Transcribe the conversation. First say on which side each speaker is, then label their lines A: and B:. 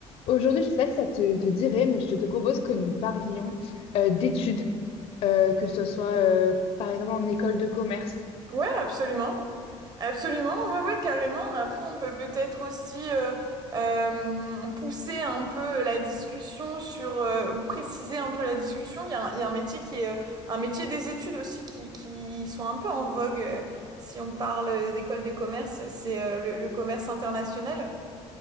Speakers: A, on the left; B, on the right.
A: Aujourd'hui, je ne sais pas si ça te, te dirait, mais je te propose que nous parlions euh, d'études, euh, que ce soit euh, par exemple en école de commerce.
B: Ouais, absolument. Absolument, ouais, ouais, carrément. Après, on peut peut-être aussi euh, euh, pousser un peu la discussion sur, euh, ou préciser un peu la discussion. Il y a un, il y a un métier qui est, euh, un métier des études aussi qui, qui sont un peu en vogue. euh, si on parle euh, d'école de commerce, c'est euh, le, le commerce international.